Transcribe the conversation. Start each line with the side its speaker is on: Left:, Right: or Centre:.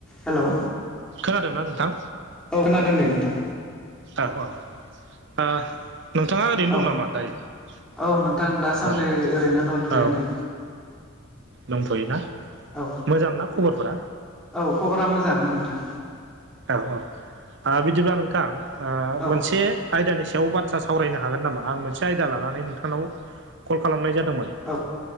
Centre: Hello
Right: खोनादोंना नोंथां
Centre: औ खोनादों दे नोंथां
Right: औ औ आ नोंथाङा ओरैनो
Centre: औ
Right: दं नामा दायो
Centre: औ नोंथां दासान्दि
Right: औ
Centre: ओरैनो दंथ'यो
Right: औ
Centre: नै
Right: दंथ'योना
Centre: औ
Right: मोजांना खबरफोरा
Centre: औ खबरा मोजाङानो नोंथां
Right: औ औ आ बिदिब्ला नोंथां आ
Centre: औ
Right: मोनसे
Centre: नोंथां
Right: आयदानि सायाव बाथ्रा सावरायनो हागोन नामा आं मोनसे आयदा लानानै नोंथांनाव कल खालामनाय जादोंमोन
Centre: औ